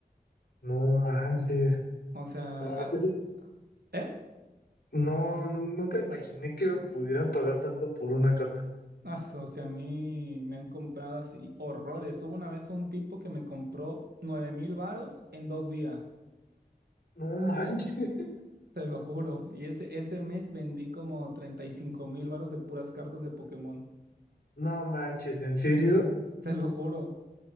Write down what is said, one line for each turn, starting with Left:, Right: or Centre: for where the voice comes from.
Left: No manches.
Right: O sea,
Left: Wow,
Right: ah,
Left: eso-
Right: ¿eh?
Left: No, nu- nunca imaginé que pudieran pagar tanto por una carta.
Right: Ah, so- o sea, a mí me han comprado así horrores. Hubo una vez un tipo que me compró nueve mil varos en dos días,
Left: No <laughs> manches.
Right: te lo juro. Y ese, ese mes vendí como treinta y cinco mil varos de puras cartas de Pokémon.
Left: No manches, ¿en serio?
Right: Te lo juro,